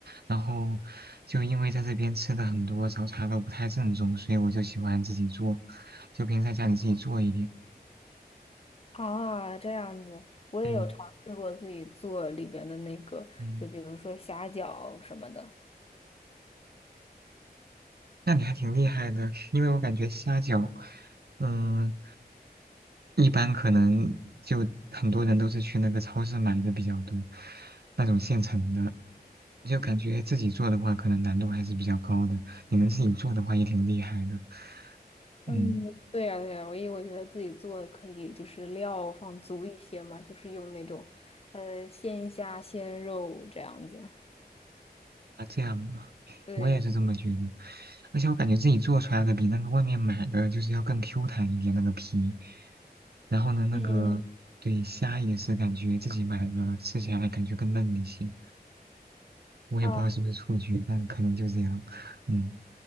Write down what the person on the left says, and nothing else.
啊，这样子，我也有尝试过自己做里边的那个，
就比如说虾饺什么的。
嗯，
对呀，对呀，我因为我觉得自己做可以，就是料放足一些嘛，就是用那种呃鲜虾、鲜肉这样子。
对，
嗯，
啊，